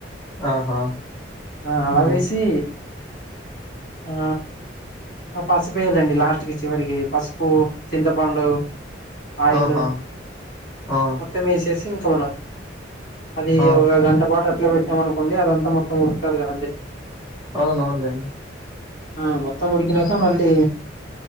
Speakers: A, in the centre; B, on the left.
A: ఆహా
B: ఆ అలావేసి
A: ఉమ్
B: ఆ పసుపు వేయాలండి లాస్ట్కి చివరికి పసుపు చింతపండు ఆయిలు
A: ఆహా ఆ
B: మొత్తం వేసేసి ఇంక మనం అది
A: ఆ
B: ఒక గంట పాటు అట్లా పెట్టామనుకోండి అదంతా మొత్తం ఉడుకుతాది కదండి
A: అవునవునులేండి
B: ఆ మొత్తం ఉడికినాక మళ్ళీ